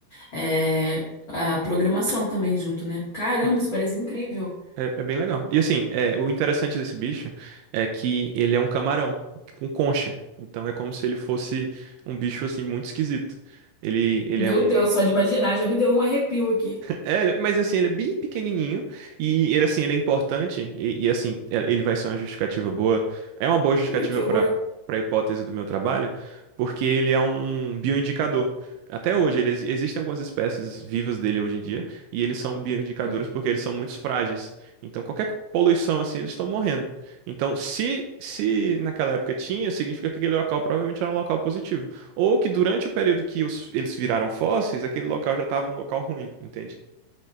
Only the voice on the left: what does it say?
é, a programação também junto, né? Caramba,
isso parece incrível.
Meu
Deus, só de imaginar já me deu um arrepio aqui.
Ai, que horror.
Hum,